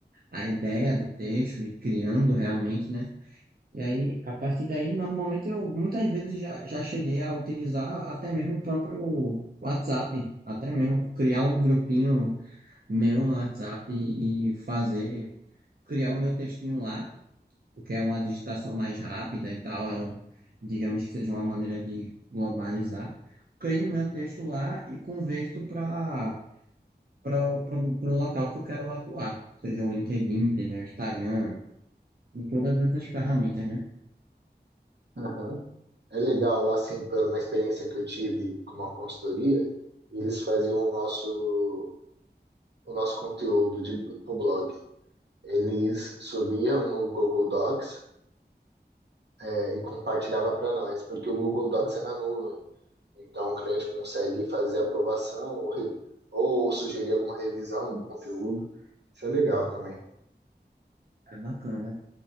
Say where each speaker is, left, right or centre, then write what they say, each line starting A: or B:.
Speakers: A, on the right; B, on the right.
A: a ideia do texto e criando realmente, né? E aí, a partir daí, normalmente eu muitas vezes já, já cheguei a utilizar até mesmo o próprio WhatsApp, até mesmo criar um grupinho meu no WhatsApp e fazer, criar o meu textinho lá porque é uma digitação mais rápida e tal, é um, digamos que seja uma maneira de globalizar. Crio meu texto lá e converto para para o local que eu quero atuar, seja o LinkedIn, seja o Instagram, e todas essas ferramentas, né?
B: Aham. É legal, assim, por uma experiência que eu tive com uma consultoria, eles faziam o nosso, o nosso conteúdo de, pro blog. Eles subiam no Google Docs, é, e compartilhava para nós, porque o Google Docs é na nuvem. Então, o cliente consegue fazer aprovação ou, re- ou sugerir alguma revisão do conteúdo. Isso é legal também.
A: É bacana.